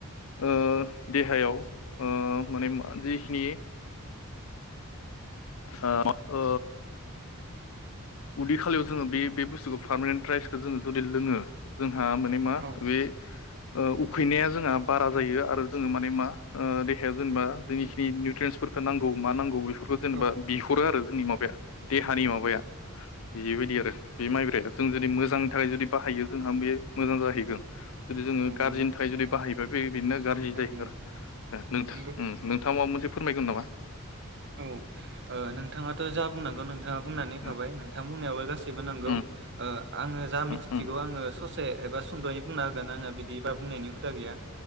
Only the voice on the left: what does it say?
ओ देहायाव ओ माने जेखिनि आ ओ उदै खालियाव जोङो बे बे बुस्थुखौ पार्मानेन्ट राइसखौ जोङो जुदि लोङो जों हा माने मा
बे ओ उखैनाया जोंहा बारा जायो आरो जोङो माने मा ओ देहाया जेनेबा जोंनिखिनि निउट्रेन्सफोरफोरखौ नांगौ मा नांगौ बे फोरखौ जेनेबा
बिहरो आरो। जोंनि माबाया। देहानि माबाया। बेबायदि आरो बे माइब्राया जों जुदि मोजांनि थाखाय जुदि बाहायो जोंहा बे मोजां जाहैगोन,
जुदि जोङो
गाज्रिनि
थाखाय जुदि बाहायोबा बे बेनो गाज्रि
जाहैगोन
आरो नोंथां,
नोंथाङा माबा मोन से फोरमायगोन नामा?
उम
उम
उम
उम